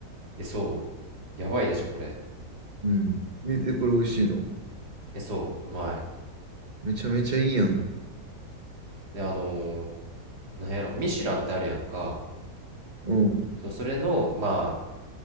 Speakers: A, on the right; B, on the right.
A: え、そう、やばいでしょ、これ。
B: うん。見てこれ美味しいの。
A: え、そう、うまい。
B: めちゃめちゃいいやん。
A: で、あのーなんやろ、ミシュランってあるやんか。
B: うん、
A: そう、それの、ま